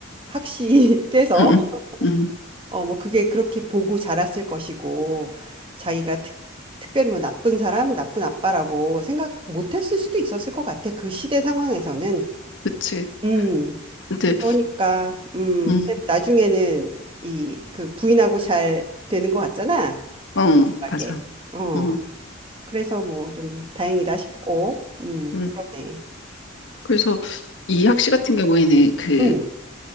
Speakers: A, on the right; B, on the left.
A: 학시께서,
B: 응, 응,
A: <laughs>
B: 응.
A: 어, 뭐 그게 그렇게 보고 자랐을 것이고, 자기가 특, 특별히 뭐 나쁜 사람, 나쁜 아빠라고 생각 못 했을 수도 있었을 것 같아. 그 시대 상황에서는.
B: 그치.
A: 음,
B: 근데
A: 그러니까, 음,
B: 음,
A: 나중에는 이, 그 부인하고 잘 되는 것 같잖아.
B: 응,
A: 마지막에.
B: 맞아.
A: 어,
B: 응,
A: 그래서 뭐 좀 다행이다 싶고, 음,
B: 응.
A: 그러네.
B: 그래서 이 학시 같은 경우에는 그
A: 음,